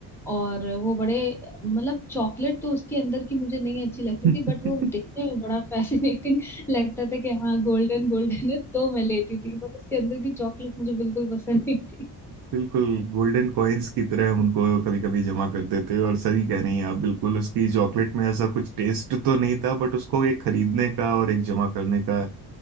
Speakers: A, in the centre; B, on the right.
A: और वो बड़े मतलब चॉकलेट तो उसके अंदर की मुझे नहीं अच्छी लगती
B: <laughs>
A: थी बट वो दिखने में बड़ा फैसिनेटिंग <laughs> लगता था कि हाँ गोल्डन गोल्डन है तो मैं लेती थी बट उसके अंदर की चॉकलेट मुझे बिल्कुल पसंद नहीं थी
B: बिल्कुल गोल्डन कॉइन्स की तरह हम उनको कभी कभी जमा करते थे और सही कह रही हैं आप बिल्कुल उसकी चॉकलेट में ऐसा कुछ टेस्ट तो नहीं था बट उसको एक खरीदने का और एक जमा करने का